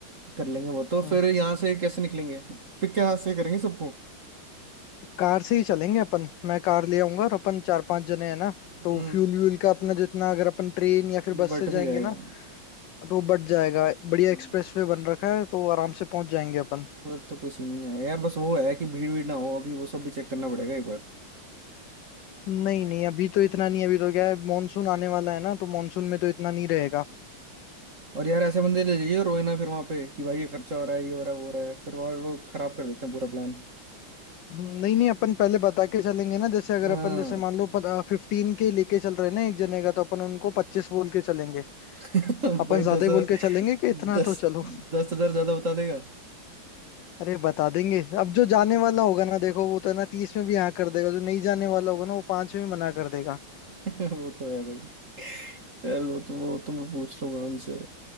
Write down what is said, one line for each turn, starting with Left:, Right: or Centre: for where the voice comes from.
Right: कर लेंगे वो तो
Left: हम्म।
Right: फिर यहाँ से कैसे निकलेंगे पिक के हाथ से करेंगे सबको
Left: कार से ही चलेंगे अपन मैं कार ले आऊंगा और अपन चार पांच जने हैं ना तो
Right: हम्म
Left: फ्यूल व्यूल का अपना जितना अगर अपन ट्रेन या फिर बस
Right: बट
Left: से
Right: भी
Left: जाएंगे
Right: जाएगा
Left: ना तो बच जाएगा बढ़िया
Right: हम्म,
Left: एक्सप्रेस वे बन रखा है तो आराम से पहुंच जाएंगे अपन
Right: फिर तो कोई सीन नहीं है यार बस वो है कि भीड़ भीड़ ना हो अभी वो सब भी चेक करना पड़ेगा एक बार
Left: नहीं नहीं अभी तो इतना नहीं अभी तो क्या है मानसून आने वाला है ना तो मानसून में तो इतना नहीं रहेगा
Right: और यार ऐसे बंदे ले जाइए रोए ना फिर वहां पे कि भाई ये खर्चा हो रहा है ये हो रहा है वो हो रहा है फिर और वो खराब कर देते हैं पूरा प्लान
Left: नहीं नहीं अपन पहले बता के चलेंगे ना जैसे अगर
Right: हाँ
Left: अपन जैसे मान लो फिफ्टीन के लेके चल रहे हैं ना एक जने का तो अपन उनको पच्चीस बोल के चलेंगे
Right: <laughs>
Left: अपन
Right: भाई
Left: ज्यादा
Right: दस
Left: ही
Right: हजार
Left: बोल के चलेंगे कि इतना
Right: दस
Left: तो चलो
Right: दस हजार ज्यादा बता देगा
Left: अरे बता देंगे अब जो जाने वाला होगा ना देखो वो तो है ना तीस में भी हाँ कर देगा जो नहीं जाने वाला होगा ना वो पांच में भी मना कर देगा
Right: <laughs> वो तो है भाई चल वो तो वो तो मैं पूछ लूंगा उनसे